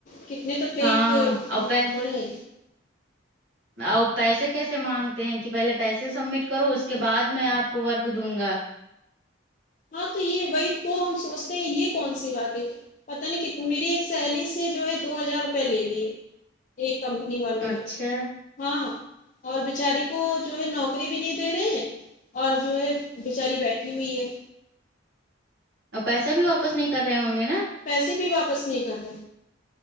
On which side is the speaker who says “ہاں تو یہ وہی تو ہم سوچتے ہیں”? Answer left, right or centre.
Left